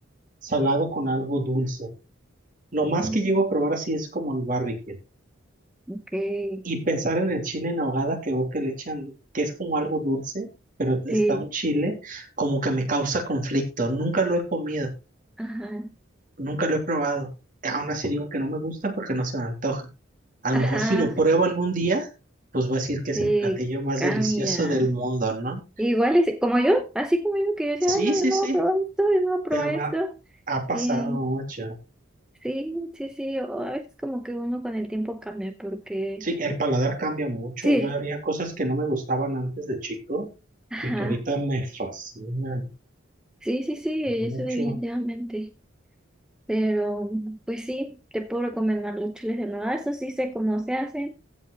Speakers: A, on the right; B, in the centre.
A: salado con algo dulce. Lo más
B: No.
A: que llego a probar así es como el barbecue.
B: Ok.
A: Y pensar en el chile en ahogada que veo que le echan, que es como algo dulce, pero está
B: Sí.
A: un chile, como que me causa conflicto. Nunca lo he comido,
B: Ajá.
A: nunca lo he probado. Aún así digo que no me gusta porque no se me antoja. A lo
B: Ajá.
A: mejor si lo pruebo algún día, pues voy a decir que es
B: Sí,
A: el platillo más
B: cambia.
A: delicioso del mundo, ¿no?
B: Igual es como yo, así como yo, que yo decía,
A: Sí,
B: "Ay, no,
A: sí,
B: yo no
A: sí.
B: voy a probar esto, yo no voy a probar
A: Te ama-
B: esto.
A: ha pasado
B: Y
A: mucho.
B: sí, sí, sí. o a veces como que uno con el tiempo cambia porque
A: Sí, el paladar cambia mucho.
B: sí.
A: Yo había cosas que no me gustaban antes de chico
B: Ajá.
A: y que ahorita me fascinan
B: Sí, sí, sí, eso
A: mucho.
B: definitivamente. Pero, pues sí, te puedo recomendar los chiles de nuevo. Eso sí sé cómo se hacen.